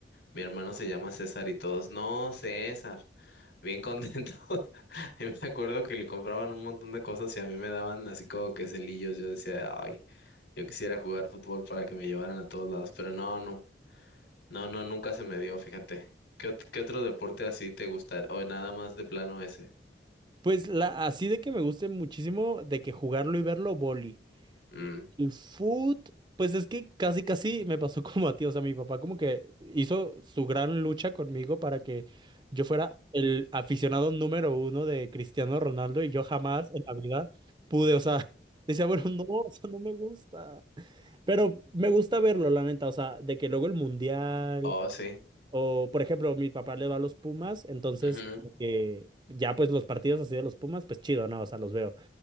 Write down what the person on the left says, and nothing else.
mi hermano se llama César y todos, no, César, bien contentos. <laughs> Y me acuerdo que le compraban un montón de cosas y a mí me daban así como que celillos, yo decía, ay. Yo quisiera jugar fútbol para que me llevaran a todos lados, pero no, no. No, no, nunca se me dio, fíjate. ¿Qué, ot- qué otro deporte así te gustaría? O nada más de plano ese.
Mm.
Oh, sí.
Ujú.